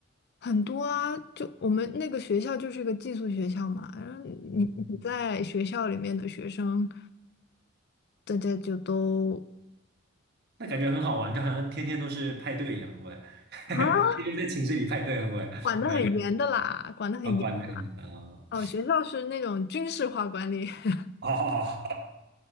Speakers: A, on the left (about 55°); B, on the right (about 55°).
A: 很多啊，就我们那个学校就是一个寄宿学校嘛，然后你你在学校里面的学生，
B: 嗯
A: 大家就都。
B: 那感觉很好玩，就好像天天都是派对一样，会不会？<laughs>
A: 啊。
B: 天天在寝室里派对，会不会？
A: 管得很严的啦，
B: <laughs> 没有，
A: 管得很严。
B: 然后关的很简单啊。
A: 哦，学校是那种军事化管理，<laughs>
B: 哦，<laughs>